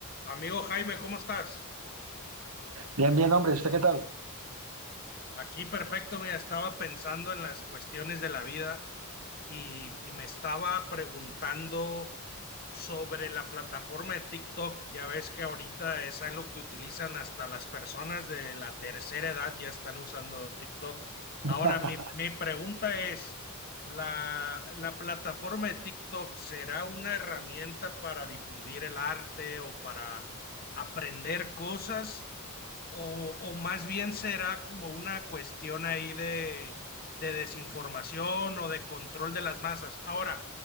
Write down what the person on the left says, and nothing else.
Amigo Jaime, ¿cómo estás?
Aquí perfecto, mira, estaba pensando en las cuestiones de la vida y, y me estaba preguntando sobre la plataforma de TikTok. Ya ves que ahorita es algo que utilizan hasta las personas de la tercera edad ya están usando TikTok.
Ahora, mi, mi pregunta es, ¿la, la plataforma de TikTok será una herramienta para difundir el arte o para aprender cosas? O, o más bien será como una cuestión ahí de, de desinformación o de control de las masas. Ahora,